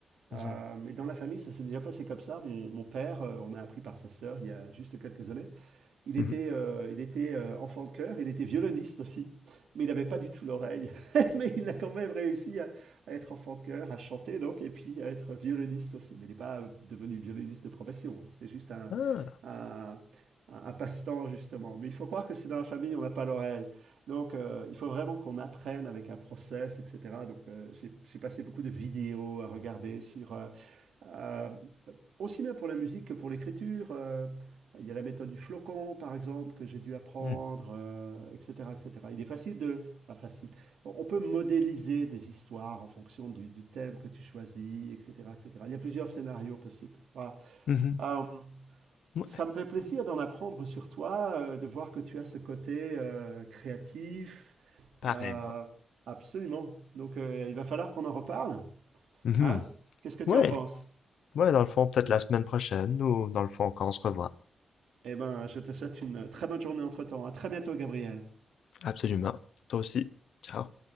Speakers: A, on the left (about 75°); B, on the right (about 80°).
A: Mhm.
B: euh, mais dans la famille, ça s'est déjà passé comme ça. Mon, mon père, euh, on a appris par sa sœur il y a juste quelques années, il était,
A: Mhm.
B: euh, il était euh, enfant de chœur, il était violoniste aussi, mais il n'avait pas du tout l'oreille. <laughs> mais il a quand même réussi à, à être enfant de chœur, à chanter donc, et puis à être violoniste aussi. Mais il n'est pas devenu violoniste de profession, hein. c'était juste un,
A: Ah.
B: un, un- un passe-temps justement. Mais il faut croire que c'est dans la famille, on n'a pas l'oreille. Donc euh, il faut vraiment qu'on apprenne avec un process, etc. Donc euh, j'ai j'ai passé beaucoup de vidéos à regarder sur euh, euh, aussi bien pour la musique que pour l'écriture. euh, il y a la méthode du flocon, par exemple, que j'ai dû apprendre,
A: Hmm.
B: euh, etc., etc. Il est facile de... Enfin, facile. On on peut modéliser des histoires en fonction du, du thème que tu choisis, etc., etc. Il y a plusieurs scénarios possibles. Voilà.
A: Mhm.
B: Euh,
A: Ouais,
B: ça me fait plaisir d'en apprendre sur toi, euh, de voir que tu as ce côté euh, créatif.
A: pareillement.
B: Euh, absolument. Donc, euh, il va falloir qu'on en reparle.
A: Mmh
B: Hein?
A: mh.
B: Qu'est-ce que tu
A: Ouais,
B: en penses?
A: ouais, dans le fond, peut-être la semaine prochaine ou dans le fond, quand on se revoit.
B: Eh ben, je te souhaite une euh, très bonne journée entre-temps. À très bientôt, Gabriel.
A: Absolument. Toi aussi. Ciao.